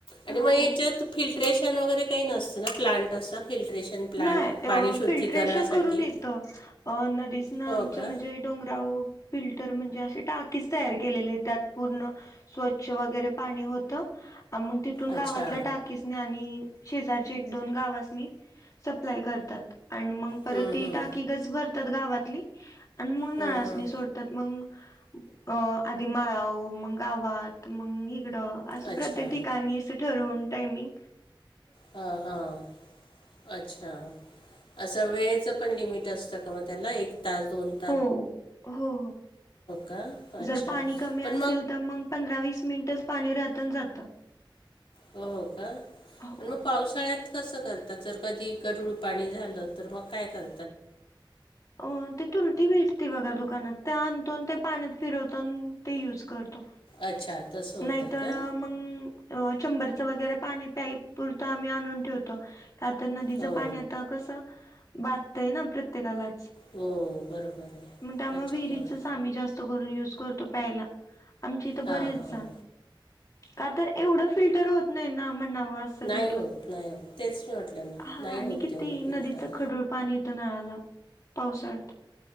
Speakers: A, on the left; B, on the left.
A: आणि
B: हो
A: मग हच्यात फिल्ट्रेशन वगैरे काही नसतं ना प्लांट अस फिल्ट्रेशन प्लांट
B: नाय
A: पाणी
B: अ
A: शुद्धीकरणासाठी
B: फिल्ट्रेशन करून येत अ नदीस ना
A: हो
B: आमच
A: का?
B: म्हणजे डोंगराव फिल्टर म्हणजे असे टाकीच तयार केलेले त्यात पूर्ण स्वच्छ वगैरे पाणी होतं मग तिथून
A: अच्छा.
B: गावातल्या टाकीसनी आणि शेजारच्या एक दोन गावासनी सप्लाय करतात आणि मग परत
A: हम्म
B: ती
A: हम्म.
B: टाकी गच भरतात गावातली आणि मग नळासणी
A: हम्म हम्म.
B: सोडतात मग अ आधी माळाऊ मग गावात मग इकड असं
A: अच्छा.
B: प्रत्येक ठिकाणी अस ठरवून टाईमिंग
A: अ हा हा अच्छा असं वेळेचं पण लिमिट असतं का मग त्याला एक तास दोन
B: हो हो
A: का? अच्छा.
B: जर पाणी कमी
A: पण
B: असेल तर मग पंधरा वीस मिनिटच पाणी राहतन जातं
A: हो का!
B: हो.
A: पण मग पावसाळ्यात कसं करता. आता जर कधी गढूळ पाणी झालं, तर मग काय कर.
B: अ ते तुरुटी भेटते बघा दुकानात त्या आणतो आणि ते पाण्यात फिरवतो, ते युज करत.
A: अच्छा तसं होतं
B: नाहीतर
A: का?
B: मंग चेंबर च वगैरे पाणी पायपुरतं आम्ही आणून ठेवतो. का तर नदीचं
A: हो,
B: पाणी आता कसं बाधतंय ना प्रत्येकाला
A: हो बरोबर आहे.
B: मग त्यामुळे
A: त्याच्यामुळे
B: विहिरीच आमी जास्त जास्त करून यूज करतो प्यायला, आमच्या इथं
A: हां,
B: बरीच
A: हां.
B: जण का तर एवढं फिल्टर होत नाही ना म्हणावा असं
A: नाही
B: तिथून,
A: होत, नाही होत. तेच मी म्हटलं ना,
B: हा
A: नाही
B: आणि
A: होत
B: किती
A: तेवढं
B: नदीच
A: फिल्टर.
B: गढूळ पाणी येत. येत नळाला पावसाळ्यात